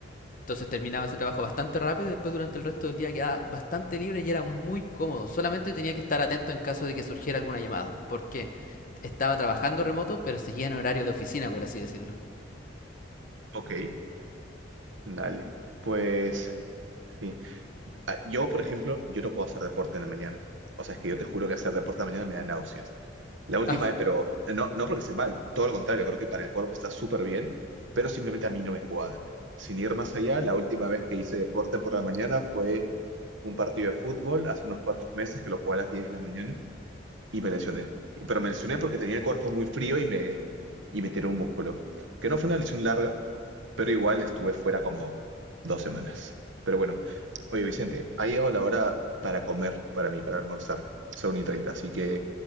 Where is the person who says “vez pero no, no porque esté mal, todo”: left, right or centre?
Right